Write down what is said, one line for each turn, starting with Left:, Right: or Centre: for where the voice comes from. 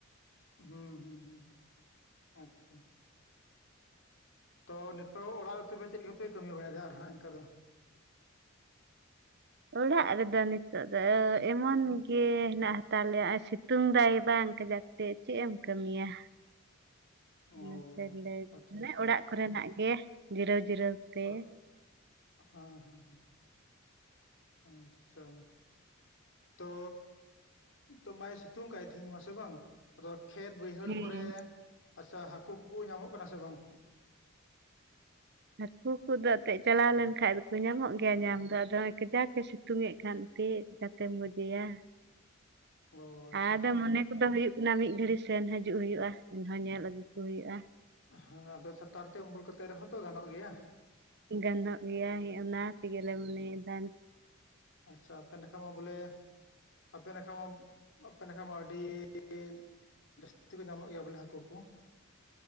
Left: ᱦᱩᱸ ᱦᱩᱸ ᱦᱩᱸ ᱟᱪᱪᱷᱟ᱾ ᱛᱚ ᱱᱤᱛᱚᱜ ᱚᱲᱟᱜ ᱨᱮ ᱛᱚᱵᱮ ᱪᱮᱫ ᱠᱚᱯᱮ ᱠᱟᱹᱢᱤ ᱵᱟᱲᱟᱭᱫᱟ ᱟᱨ ᱦᱟᱸᱜ ᱮᱱᱠᱟ ᱫᱚ?
Right: ᱚᱲᱟᱜ ᱨᱮᱫᱚ ᱱᱤᱛᱳᱜ ᱫᱚ ᱮᱢᱚᱱ ᱜᱮ ᱦᱮᱱᱟᱜ ᱦᱟᱛᱟᱲ ᱞᱮᱭᱟ ᱮ ᱥᱤᱛᱩᱝ ᱫᱟᱭ ᱵᱟᱝ ᱠᱟᱡᱟᱠ ᱥᱮ ᱪᱮᱫ ᱮᱢ ᱠᱟᱹᱢᱤᱭᱟ᱾
Left: ᱚ
Right: ᱚᱱᱟᱛᱮᱞᱮ
Left: ᱟᱪᱪᱷᱟ
Right: ᱢᱟᱱᱮ
Left: ᱟᱪᱪᱷᱟ
Right: ᱚᱲᱟᱜ ᱠᱚᱨᱮᱱᱟᱜ ᱜᱮ ᱡᱤᱨᱟᱹᱣ ᱡᱤᱨᱟᱹᱣ ᱛᱮ
Left: ᱚᱲᱟᱜ, ᱦᱟᱸ ᱦᱟᱸᱦᱟᱸ ᱾ ᱟᱼᱪᱪᱷᱟ ᱾ ᱛᱚᱻ, ᱱᱤᱛᱚᱜ ᱢᱟᱭ ᱥᱤᱛᱩᱝ ᱠᱟᱜᱼᱟᱭ, ᱛᱤᱦᱤᱧ ᱢᱟ ᱥᱮ ᱵᱟᱝ? ᱟᱫᱚ ᱠᱷᱮᱛ, ᱵᱟᱹᱭᱦᱟᱹᱲ
Right: ᱦᱮᱸ
Left: ᱠᱚᱨᱮ, ᱟᱪᱪᱷᱟ, ᱦᱟᱠᱩ ᱠᱚᱠᱚ ᱧᱟᱢᱚᱜ, ᱠᱟᱱᱟ ᱥᱮ ᱵᱟᱝ?
Right: ᱦᱟᱹᱠᱩ ᱠᱚᱫᱚ, ᱮᱛᱮᱫ ᱪᱟᱞᱟᱣ ᱞᱮᱱᱠᱟᱡ ᱫᱚᱠᱚ, ᱧᱟᱢᱚᱜ ᱜᱮᱭᱟ, ᱧᱟᱢ ᱫᱚ ᱾ ᱟᱫᱚ ᱦᱚᱸᱜᱼᱚᱭ ᱠᱟᱡᱟᱠ ᱮ ᱥᱤᱛ ᱼᱛᱩᱝ ᱮᱫ ᱠᱷᱟᱱ, ᱪᱮᱫ ᱞᱮᱠᱟᱛᱮᱢ ᱜᱚᱡᱮᱭᱟ ᱾
Left: ᱚ ᱟᱪᱪᱷᱟ
Right: ᱟᱫᱚ,
Left: ᱟᱪᱪᱷᱟ
Right: ᱢᱚᱱᱮ ᱠᱚᱫᱚ, ᱦᱩᱭᱩᱜ ᱠᱟᱱᱟ, ᱢᱤᱫ ᱜᱷᱟᱹᱲᱤ ᱥᱮᱱ ᱦᱤᱡᱩᱜ ᱦᱩᱭᱩᱜᱼᱟ ᱾ᱮᱱᱦᱚᱸ, ᱧᱮᱞ ᱟᱹᱜᱩ ᱠᱚ ᱦᱩᱭᱩᱜᱼᱟ ᱾
Left: ᱦᱚᱻ ᱟᱫᱚ, ᱪᱷᱟᱛᱟᱨ ᱛᱮ, ᱩᱢᱩᱞ ᱠᱟᱛᱮᱜ ᱨᱮᱦᱚᱸ ᱛᱚ, ᱜᱟᱱᱚᱜ ᱜᱮᱭᱟ ᱾
Right: ᱜᱟᱱᱚᱜ ᱜᱮᱭᱟ ᱾ ᱚᱱᱟ ᱛᱮᱜᱮ ᱞᱮ, ᱢᱚᱱᱮ ᱮᱫᱟ ᱾
Left: ᱟᱪᱪᱷᱟ, ᱟᱯᱮ ᱱᱟᱠᱷᱟ ᱢᱟ, ᱵᱚᱞᱮ, ᱟᱯᱮ ᱱᱟᱠᱷᱟ, ᱢᱟᱢ ᱟᱯᱮ ᱱᱟᱠᱷᱟ ᱢᱟ, ᱟᱹᱰᱤᱼᱤᱼᱤᱻᱡ ᱡᱟᱹᱥᱛᱤ ᱠᱚ, ᱧᱟᱢᱚᱜ ᱜᱮᱭᱟ ᱵᱚᱞᱮ, ᱦᱟ. ᱠᱩ ᱠᱚ?